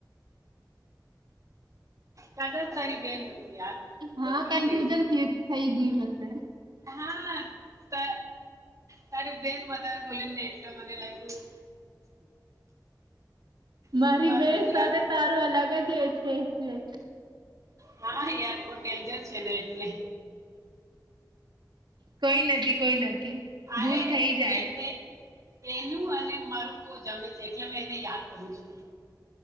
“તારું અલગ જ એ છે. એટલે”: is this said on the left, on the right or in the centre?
Right